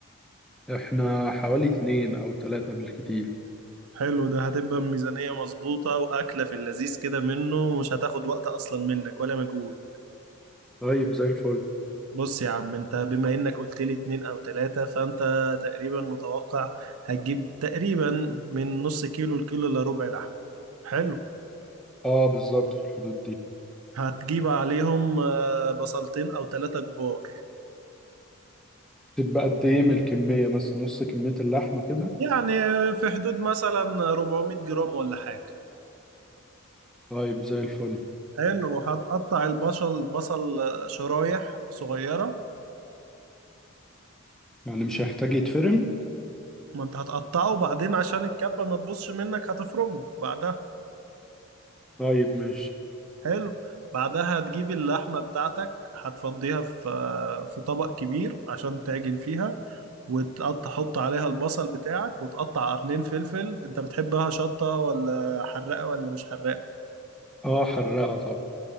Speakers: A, in the centre; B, on the right.
A: احنا حوالي اتنين او تلاتة بالكتير
B: حلو ده هتبقى ميزانيه مظبوطه واكله في اللذيذ كده منه مش هتاخد وقت اصلا منك ولا مجهود
A: طيب زي الفل
B: بص يا عم انت بما انك قلت لي اتنين او تلاتة فانت تقريبا متوقع هتجيب تقريبا من نص كيلو لكيلو الا ربع لحم حلو
A: اه بالظبط في الحدود دي
B: هتجيب عليهم آه، بصلتين او ثلاثة كبار
A: تبقى قد ايه من الكميه مثلا نص كميه اللحمه كده
B: يعني في حدود مثلا 400 جرام ولا حاجة
A: طيب زي الفل
B: حلو وهتقطع البصل البصل آه، شرايح صغيرة
A: يعني مش هيحتاج يتفرم
B: ما انت هتقطعه وبعدين عشان الكبة ما تبصش منك هتفرمه بعدها
A: طيب ماشي
B: حلو بعدها هتجيب اللحمة بتاعتك هتفضيها في آه، في طبق كبير عشان تعجن فيها وتقطع حط عليها البصل بتاعك وتقطع قرنين فلفل انت بتحبها شطة ولا حراقة ولا مش حراقة
A: اه حرقه طبعا